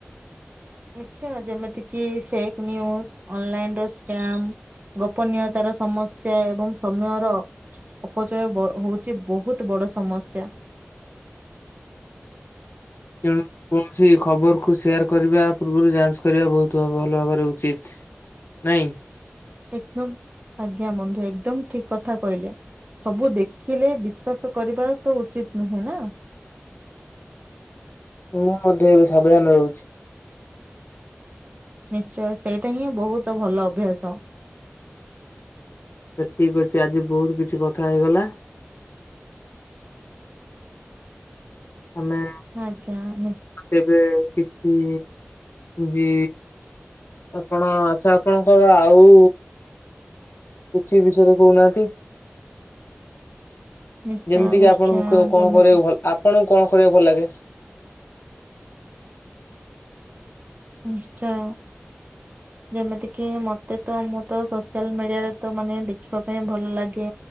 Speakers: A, on the right; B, on the left.
A: ନିଶ୍ଚୟ ଯେମିତିକି ଫେକ୍ ନିଉଜ, ଅନଲାଇନ ର ସ୍କାମ ଗୋପନୀୟତାର ସମସ୍ୟା ଏବଂ ସମୟର ଅପଚୟ ବ ହଉଛି ବହୁତ ବଡ ସମସ୍ୟା।
B: କଣ? କୌଣସି ଖବର କୁ ସେୟାର କରିବା ପୂର୍ବରୁ ଯାଞ୍ଚ କରିବା ବହୁତ ଭଲ ଭାବରେ ଉଚିତ୍। ନାଇଁ।
A: ଏକଦମ ଆଜ୍ଞା ମନ୍ଧୁ। ଏକଦମ ଠିକ୍ କଥା କହିଲେ। ସବୁ ଦେଖିଲେ ବିଶ୍ବାସ କରିବା ତ ଉଚିତ ନୁହେଁ ନା।
B: ମୁଁ ମଧ୍ୟ ଏବେ ସାବଧାନ ରହୁଛି।
A: ନିଶ୍ଚୟ, ସେଇଟା ହିଁ ବୋହୁତ୍ ଭଲ ଅଭ୍ୟାସ।
B: ସେ ଠିକ୍ ଅଛି ଆଜି ବୋହୁତ୍ କିଛି କଥା ହେଇଗଲା। ଆମେ
A: ଆଜ୍ଞା। ନିଶ୍ଚ
B: ତେବେ କିଛି ବି ଆପଣ ଆଚ୍ଛା ଆପଣଙ୍କ ଆଉ କିଛି ବିଷୟରେ କହୁନାହାନ୍ତି।
A: ନିଶ୍ଚୟ
B: ଯେମିତି
A: ନିଶ୍ଚୟ
B: କିି ଆପଣଙ୍କୁ କଣ
A: ଯେମିତି
B: କରିବାକୁ ଭଲ, ଆପଣଙ୍କୁ କଣ କରିବାକୁ ଭଲ ଲାଗେ?
A: ନିଶ୍ଚୟ। ଯେମିତିକି ମତେ ତ ମୁଁ ତ ସୋସିଆଲ ମିଡିଆରେ ତ ମାନେ ଦେଖିବା ପାଇଁ ଭଲ ଲାଗେ